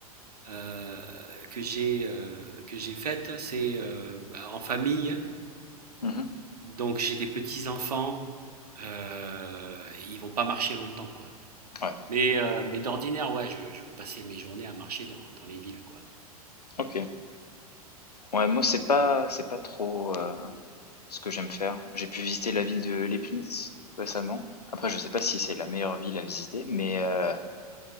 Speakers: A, on the right (about 80°); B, on the left (about 85°).
A: euh, que j'ai euh, que j'ai faites, c'est euh, en famille,
B: mhm.
A: donc j'ai des petits-enfants, euh, ils vont pas marcher longtemps, quoi.
B: Ouais.
A: Mais, euh, mais d'ordinaire, ouais, je, je passais mes journées à marcher dans, dans les villes, quoi.
B: Ok. Ouais, moi c'est pas c'est pas trop euh, ce que j'aime faire. J'ai pu visiter la ville de Leibniz récemment. Après, je sais pas si c'est la meilleure ville à visiter, mais euh,